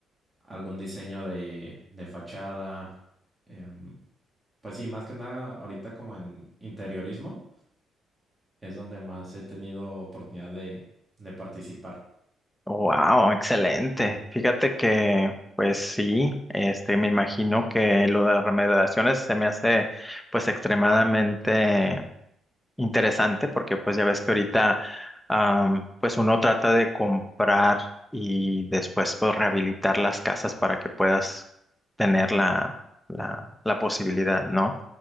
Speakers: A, on the right; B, in the centre.
A: algún diseño de, de fachada. em, pues sí, más que nada ahorita como en interiorismo es donde más he tenido oportunidad de, de participar.
B: Wow, excelente. Fíjate que, pues sí, este, me imagino que lo de las remediaciones se me hace, pues, extremadamente interesante, porque, pues, ya ves que ahorita, am, pues, uno trata de comprar y después, pues, rehabilitar las casas para que puedas tener la, la, la posibilidad, ¿no?